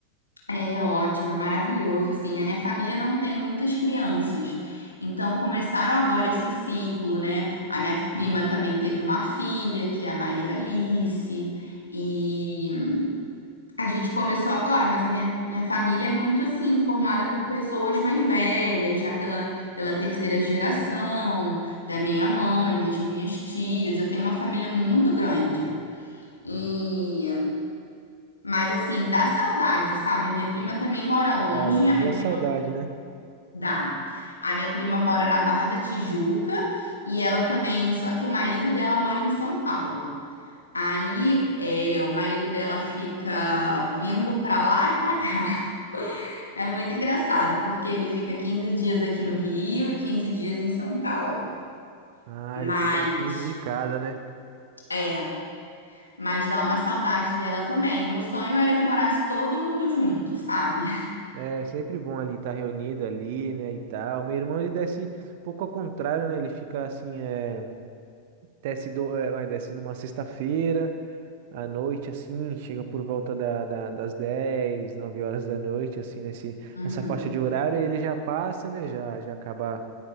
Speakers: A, on the left (about 80°); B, on the right (about 50°).
A: É ótimo, é maravilhoso, assim. A minha família não tem muitas crianças. Então começaram agora esse ciclo, né? A minha prima também teve uma filha, que é a Maria Alice, e a gente começou agora, mas a minha, minha família é muito assim, formada por pessoas mais velhas, já pela, pela terceira geração, da minha mãe, das minhas tias. Eu tenho uma família muito grande. E mas assim, dá saudade, sabe? A minha prima também mora longe,
B: Dá dá uma
A: a
B: boa
A: minha prima
B: saudade, né?
A: dá. A minha prima mora na Barra da Tijuca e ela também, só que o marido dela mora em São Paulo. Aí, é, o marido dela fica vindo pra lá e pra cá. <laughs> É muito engraçado, porque ele fica 15 dias aqui no Rio e 15 dias em São Paulo.
B: Ah,
A: Mas,
B: ele fica 15 de cada, né?
A: é, mas dá uma saudade dela também. O meu sonho era que morasse todo mundo junto, sabe?
B: É sempre bom ali estar reunido ali, né, e tal. Meu irmão, ele desce um pouco ao contrário, né? Ele fica assim, é, desce, do, é, vai, desce numa sexta-feira à noite, assim, chega por volta da, da- das 10 9 horas da noite, assim, nesse,
A: <laughs>
B: nessa faixa de horário, aí ele já passa, né, já, já acaba